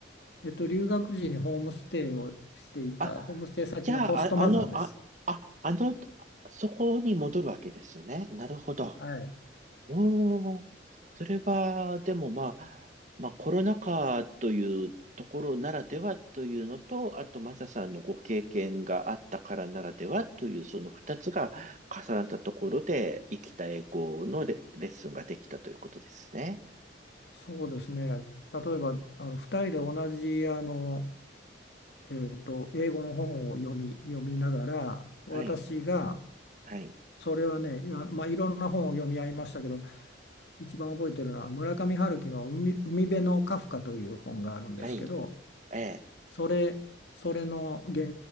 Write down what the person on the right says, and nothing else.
あ、
じゃあ、あ、あの、あ、あ、あの、そこに戻るわけですね。なるほど。
おー、それは、でもまあ、まあコロナ禍というところならではというのと、あとマサさんのご経験があったからならではという、その二つが重なったところで、生きた英語のレ、レッスンができたということですね。
はい、はい、
はい、え